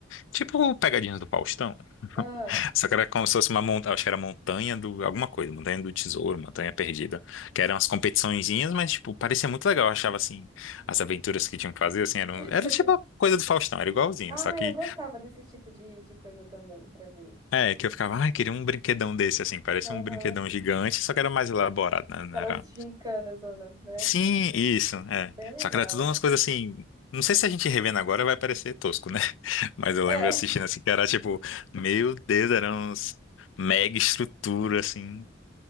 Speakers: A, on the left (about 85°); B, on the right (about 20°).
A: Tipo Pegadinhas do Faustão.
B: Ah,
A: Só que era como se fosse uma montanha. Acho que era montanha do. Alguma coisa, montanha do tesouro, montanha perdida. Que eram as competiçõezinhas, mas, tipo, parecia muito legal. Eu achava assim. As aventuras que tinham que fazer, assim, eram.
B: <laughs>
A: Era tipo a coisa do Faustão, era igualzinho.
B: ah
A: Só que
B: eu gostava desse tipo de, de coisa também, pra ver.
A: É, que eu ficava, ai, queria um brinquedão desse, assim, parece
B: Aham.
A: um brinquedão gigante, só que era mais elaborado, né? Não
B: Aquelas
A: era...
B: gincanas, zona, né?
A: Sim, isso, é.
B: Bem legal.
A: Só que era tudo umas coisas assim. Não sei se a gente revendo agora vai parecer tosco, né? <laughs> Mas eu
B: É,
A: lembro assistindo assim, que era tipo, meu Deus, eram uns mega estrutura, assim.